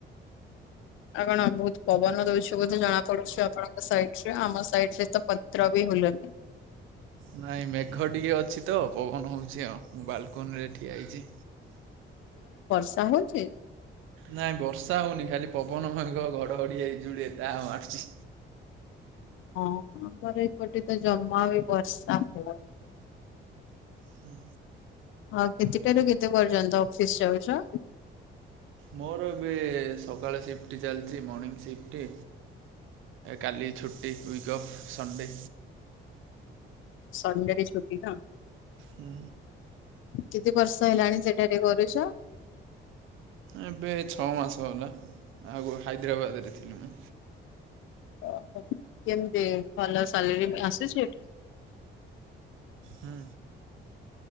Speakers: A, on the left (about 80°); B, on the right (about 85°).
A: ଆଉ କଣ ବହୁତ ପବନ ଦଉଛି ବୋଧେ ଜଣାପଡୁଛି ଆପଣଙ୍କ ସାଇଟରେ ଆମ ସାଇଟରେତ ପତ୍ର ବି ଭୁଲୁନି
B: ନାଇଁ ମେଘ ଟିକେ ଅଛି ତ ପବନ ହଉଛି ଆଉ। ମୁଁ ବାଲକୁନିରେ ଠିଆ ହେଇଚି।
A: ସାଉଣ୍ଡ ହୋଉଚି
B: ନାଇଁ ବର୍ଷା ହଉନି ଖାଲି ପବନ ମେଘ ଘଡଘଡି ବିଜୁଳି ଏତା ମାରୁୁଛି
A: ହଁ ଆମର ଏପଟେତ ଜମା ବି ବର୍ଷା ହୋଉନି।
B: ହୁଁ।
A: ଆଉ କେତେଟାରୁ କେତେ ପର୍ଯ୍ୟନ୍ତ ଅଫିସ ଯାଉଚ?
B: ମୋର ଏବେ ସକାଳ ସିଫ୍ଟଟି ଚାଲିଛି ମର୍ଣ୍ଣିଂ ସିଫ୍ଟଟି। କାଲି ଛୁଟି ୱିକ୍ଅଫ୍ ସଣ୍ଡେ।
A: ସଣ୍ଡେରେ ଛୁଟି ନା।
B: ହୁଁ।
A: କେତେ ବର୍ଷ ହେଲାଣି ସେଟାରେ କରୁଚ?
B: ଏବେ ଛଅ ମାସ ହେଲା ଆଗରୁ ହାଇଦ୍ରାବାଦରେ ଥିଲି ମୁଁ।
A: ଓହୋ କେମିତି ଭଲ ସାଲେରୀ ବି ଆସେ।
B: ହୁଁ।